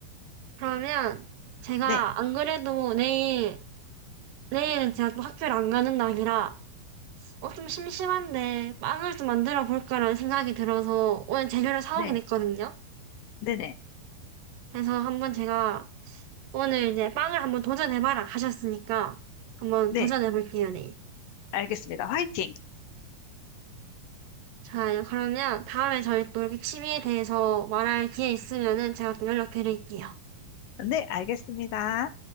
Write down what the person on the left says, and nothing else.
네,
네,
네네,
네.
알겠습니다. 화이팅!
네, 알겠습니다.